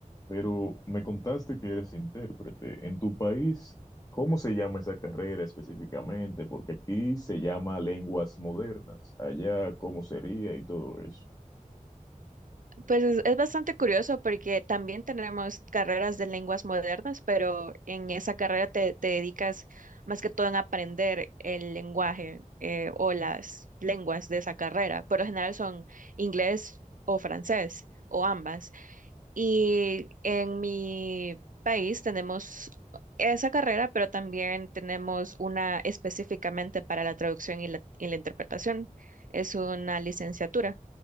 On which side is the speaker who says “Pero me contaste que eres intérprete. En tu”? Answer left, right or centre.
Left